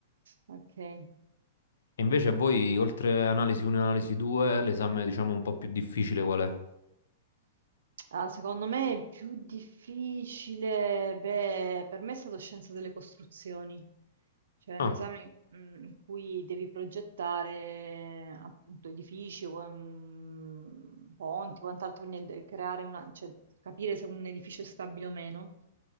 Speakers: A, on the right (about 80°); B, on the left (about 85°).
A: Ok.
B: E invece a voi, oltre analisi 1 e analisi 2, l'esame diciamo un po' più difficile qual è?
A: Ah, secondo me è più difficile, beh, per me è stato scienza delle costruzioni, cioè un
B: Ah,
A: esame mm, in cui devi progettare appunto edifici, o, mm, ponti, quant'altro, quindi de- creare una, cioè, capire se un edificio è stabile o meno,